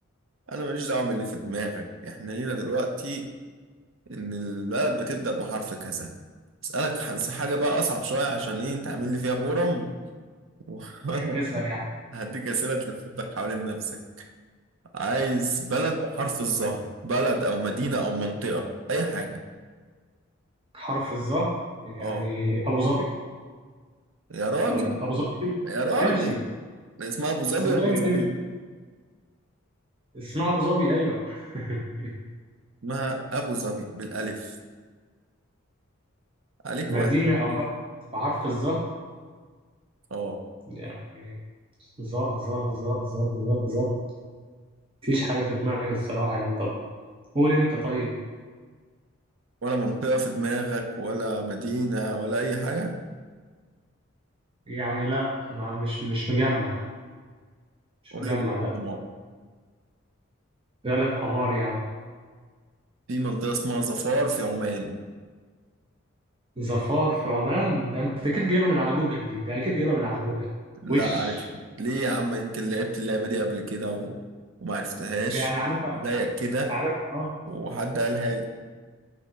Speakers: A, on the right; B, on the right.
A: أنا ماليش دعوة باللي في دماغك احنا لينا دلوقتي ان البلد بتبدأ بحرف كذا اسألك ح- حاجة بقى اصعب شوية عشان ايه انت عامل لي فيها بورم <laughs> وانا
B: اسأل يعني
A: هديك اسئلة تلفتك حوالين نفسك عايز بلد بحرف الظهر بلد او مدينة او منطقة اي حاجة
B: حرف الظهر يعني
A: اه
B: ابو ظبي
A: يا راجل
B: ولا ابو ظبي تمشي
A: يا راجل
B: تمشي
A: اسمها ابو ظبي
B: صدقني
A: ولا ظبي
B: تمشي اسمها ابو ظبي ايوه <laughs>
A: اسمها ابو ظبي بالالف عليك
B: مدينه
A: واحد
B: او بلد بحرف الظهر
A: اه
B: يعني ظه ظه ظه ظه ظه ظه مفيش حاجه في دماغي الصراحه يعني طب قول انت طيب
A: ولا منطقة في دماغك ولا مدينة ولا اي حاجة
B: يعني لا انا مش مش مجمع مش
A: قول
B: مجمع
A: لي غلط
B: لا
A: في
B: غلا في حمار يا عم
A: في منطقة اسمها ظفار في عمان
B: ظفار في عمان ده انت اكيد جايبها من على جوجل دي ده اكيد جايبها من على جوجل
A: لا
B: وش
A: عارفها ليه يا عم يمكن لعبت اللعبة دي قبل كده و... وما عرفتهاش
B: يعني عارفها
A: زيك كده
B: عارفها اه
A: وحد قالها لي